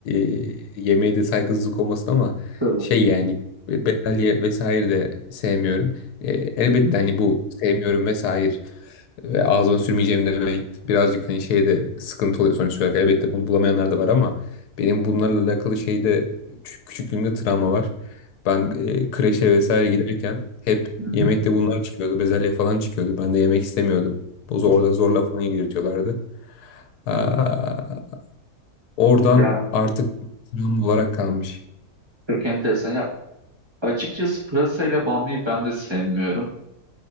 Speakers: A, on the left (about 85°); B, on the right (about 15°).
A: e, yemeğe de saygısızlık olmasın ama
B: Tabii.
A: şey yani be- bezelye vesaire de sevmiyorum. E, elbette
B: Hı hı.
A: hani bu sevmiyorum vesaire ve ağzıma sürmeyeceğim demek birazcık hani şeyde sıkıntı oluyor sonuç olarak. Elbette bunu bulamayanlar da var ama benim bunlarla alakalı şeyde küçük- küçüklüğümde travma var. Ben e, kreşe
B: Tabii.
A: vesaire giderken hep
B: Hı hı.
A: yemekte bunlar çıkıyordu. Bezelye falan çıkıyordu. Ben de yemek istemiyordum. O zor-
B: <laughs>
A: Orada zorla falan yedirtiyorlardı. Aa, oradan
B: Ya
A: artık travma olarak kalmış.
B: çok enteresan. Ya, açıkçası pırasayla bamyayı ben de sevmiyorum.